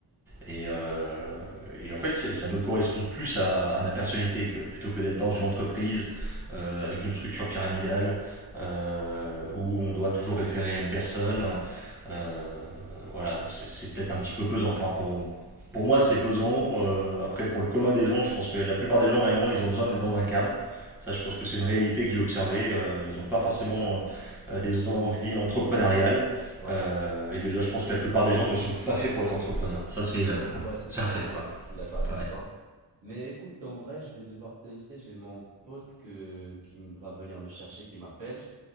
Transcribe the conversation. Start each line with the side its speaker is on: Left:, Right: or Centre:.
Centre: Et, euh, et en fait, ça me correspond plus à, à ma personnalité que plutôt que d'être dans une entreprise euh, avec une structure pyramidale euh, où on doit toujours référer à une personne. Euh, voilà, c'est peut-être un petit peu pesant. Enfin, pour, pour moi, c'est pesant. Euh, après, pour le commun des gens, je pense que la plupart des gens, réellement, ils ont besoin d'être dans un cadre. Ça, je pense
Right: Ouais,
Centre: que c'est une réalité que j'ai observée. Euh, ils n'ont pas forcément euh, des envies entrepreneuriales.
Right: ouais,
Centre: Euh, et déjà, je pense que la plupart des gens ne sont pas faits pour être entrepreneurs. Ça, c'est euh,
Right: Ouais, c'est sûr,
Centre: c'est un fait,
Right: non, non,
Centre: quoi.
Right: je suis d'accord avec
Centre: Ouais,
Right: toi. Mais écoute, en vrai, je vais devoir te laisser. J'ai mon pote que, qui me- va venir me chercher, qui m'appelle.